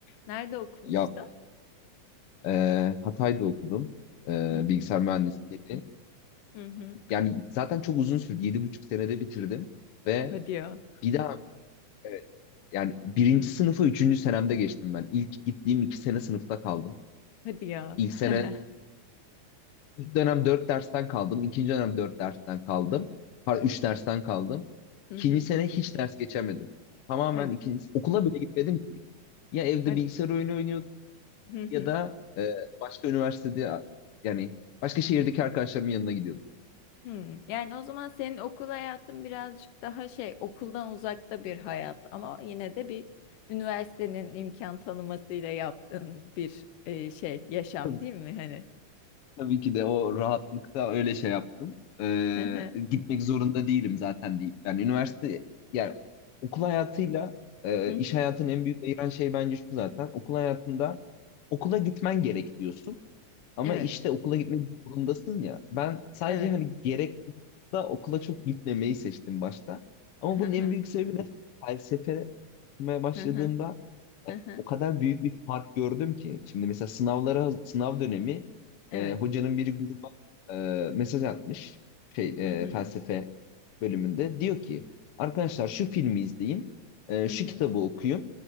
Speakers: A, on the left; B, on the left.
A: Nerede okumuştun?
B: ya e, Hatay'da okudum e,
A: Hı hı.
B: bilgisayar mühendisliğini.
A: Hı hı.
B: Yani zaten çok uzun sürdü. Yedi buçuk senede bitirdim ve
A: Hadi ya.
B: bir daha evet, yani birinci sınıfa üçüncü senemde geçtim ben. İlk gittiğim iki sene sınıfta kaldım.
A: Hadi ya.
B: İlk
A: <laughs>
B: sene ilk dönem dört dersten kaldım. İkinci dönem dört dersten kaldım. Pardon, üç dersten kaldım.
A: Hı
B: İkinci
A: hı.
B: sene hiç ders geçemedim. Tamamen
A: Hadi.
B: ikinci okula bile gitmedim ki. Ya evde
A: Hadi.
B: bilgisayar oyunu
A: Hı hı.
B: ya da e, başka üniversitede yani başka şehirdeki arkadaşlarımın yanına gidiyordum.
A: Hmm. Yani o zaman senin okul hayatın birazcık daha şey okuldan uzakta bir hayat ama yine de bir üniversitenin imkan tanımasıyla yaptığın bir e, şey yaşam
B: Tabii,
A: değil mi hani?
B: tabii ki de o rahatlıkta öyle şey yaptım. E,
A: Hı hı.
B: gitmek zorunda değilim zaten deyip. Yani üniversite yani okul hayatıyla e,
A: Hı hı.
B: iş hayatının en büyük ayıran şey bence şu zaten. Okul hayatında okula gitmen gerek diyorsun. Ama
A: Evet,
B: işte okula gitmek zorundasın ya. Ben sadece
A: evet.
B: hani gerek da okula çok gitmemeyi seçtim başta. Ama
A: Hı
B: bunun
A: hı.
B: en büyük sebebi de felsefe okumaya başladığımda
A: Hı hı. Hı hı.
B: o kadar büyük bir fark gördüm ki. Şimdi mesela sınavlara sınav dönemi
A: Evet.
B: e, hocanın biri gruba e, mesaj atmış şey
A: Hı hı.
B: e, felsefe bölümünde. Diyor ki arkadaşlar şu filmi izleyin, e,
A: Hı
B: şu
A: hı.
B: kitabı okuyun.